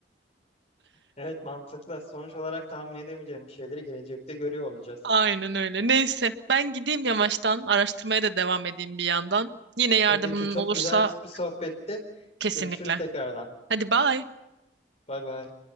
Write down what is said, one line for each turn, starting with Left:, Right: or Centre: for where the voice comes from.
Left: Evet mantıklı. Sonuç olarak tahmin edemeyeceğimiz şeyleri gelecekte görüyor olacağız.
Right: Aynen öyle neyse ben gideyim yavaştan araştırmaya da devam edeyim bir yandan. Yine yardımın
Left: Tabii ki çok
Right: olursa
Left: güzel bir sohbette.
Right: kesinlikle.
Left: Görüşürüz tekrardan.
Right: Hadi bye.
Left: Bay bay.